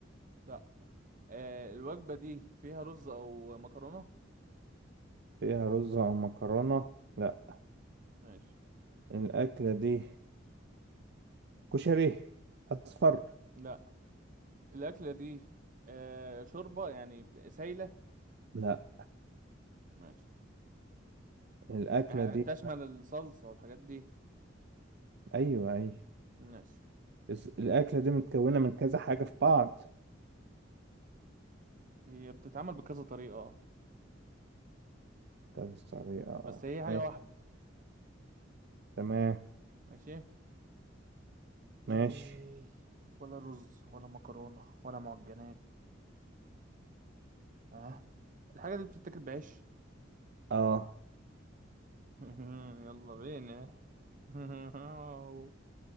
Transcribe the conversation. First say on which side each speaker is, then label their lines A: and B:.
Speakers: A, on the right (about 45°); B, on the right (about 60°).
A: لا آه، الوجبة دي فيها رز او مكرونة
B: فيها رز أو مكرونة لا
A: ماشي
B: الأكلة دي كشري أصفر
A: لا الأكلة دي آه شوربة يعني سايلة
B: لا
A: ماشي
B: الأكلة
A: آه
B: دي
A: تشمل الصلصة والحاجات دي
B: أيوه أيوه
A: ماشي
B: بس الأكلة دي متكونة من كذا حاجة في بعض
A: هي بتتعمل بكذا طريقة آه.
B: كذا طريقة أه
A: بس هي حاجة
B: إيه،
A: واحدة
B: تمام
A: ماشي
B: ماشي
A: إيه ولا رز ولا مكرونة ولا معجنات اه الحاجة دي بتتاكل بعيش
B: أه
A: <laughs> يلا بينا <laughs>